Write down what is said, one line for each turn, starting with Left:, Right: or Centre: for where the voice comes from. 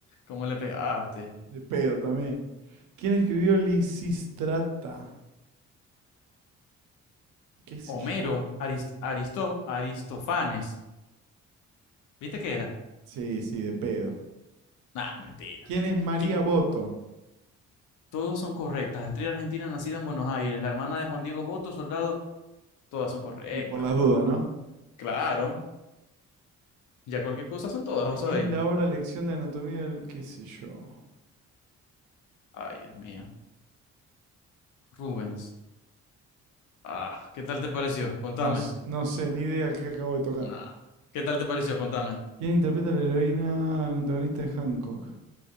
Left: ¿Cómo le pegaste?
Right: De pedo también. ¿Quién escribió Lisistrata? ¿Qué sé
Left: Homero,
Right: yo?
Left: Arist- Aristo- Aristofanes. ¿Viste qué era?
Right: Sí, sí, de pedo.
Left: Nah, mentira.
Right: ¿Quién es María
Left: Que
Right: Boto?
Left: todos son correctas. Actriz argentina nacida en Buenos Aires, la hermana de Juan Diego Botto, soldado, todas son correctas.
Right: Y por las dudas, ¿no?
Left: Claro, ya cualquier cosa son todas, ¿vos
Right: ¿De quién
Left: sabéis?
Right: es la obra Lección de Anatomía del... qué sé yo?
Left: Ay, Dios mío. Rubens. Ah, ¿qué tal te pareció? Contame.
Right: No, s- no sé, ni idea qué acabo de tocar.
Left: Nada. ¿Qué tal te pareció? Contame.
Right: ¿Quién interpreta a la heroína antagonista de Hancock?